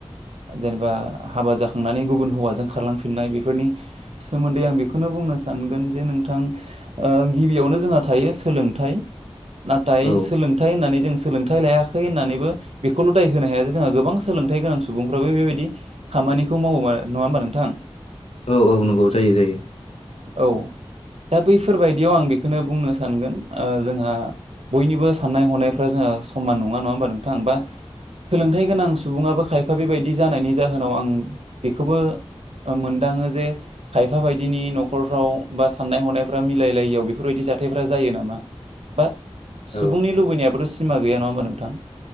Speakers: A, on the right (about 80°); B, on the left (about 80°).
A: जेनेबा हाबा जाखांनानै गुबुन हौवाजों खारलांफिननाय बेफोरनि सोमोन्दै आं बिखोनो बुं नो सानगोन जे नोंथां ओ गिबियावनो जोंहा थायो सोलोंथाइ नाथाय
B: औ
A: सोलोंथाइ होननानै जों सोलोंथाइ लायाखै होननानैबो बेखौल' दाय होनो हाया जे जोंहा गोबां सोलोंथाइ गोनां सुबुंफ्राबो बेबायदि खामानिखौ मावो नंङा होमबा नोंथां
B: औ औ नंगौ जायो जायो
A: औ दा बैफोरबायदियाव आं बिखोनो बुंनो सानगोन ओ जोंहा बयनिबो साननाय हनायफ्रा जोंहा ओ समान नंङा नंङा होमबा नोंथां बा सोलोंथाइ गोनां सुबुंङाबो खायफा बेबायदि जानायनि जाहोनाव आं बेखौबो ओ मोनदाङो जे खायफा बायदिनि न खरफ्राव बा साननाय हनायफ्रा मिलायलायियाव बेफोरबायदि जाथायफ्रा जायो नामा बा सुबुंनि
B: औ
A: लुबैनायाबोथ' सिमा गैया नंङा होमबा नोंथां